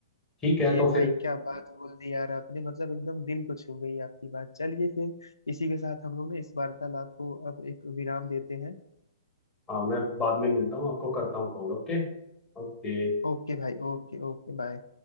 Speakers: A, on the left; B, on the left.
A: ठीक है
B: ये
A: तो
B: भाई
A: फिर
B: क्या बात बोल दी यार आपने मतलब एकदम दिल को छू गई आपकी बात चलिए फिर इसी के साथ हम लोग ने इस वार्तालाप को अब एक विराम देते हैं
A: हाँ मैं बाद में मिलता हूँ आपको करता हूँ कॉल ओके ओके
B: ओके भाई ओके ओके बाय